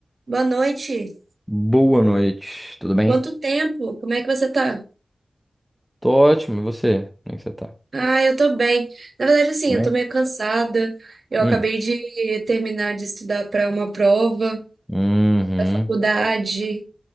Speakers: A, on the right; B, in the centre.
A: Boa noite.
B: Boa noite, tudo bem?
A: Quanto tempo? Como é que você tá?
B: Tô ótimo, e você? Como é que você tá?
A: Ah, eu tô bem. Na verdade, assim,
B: Bem?
A: eu tô meio cansada. Eu
B: Hum.
A: acabei de terminar de estudar para uma prova
B: Uhum,
A: da faculdade.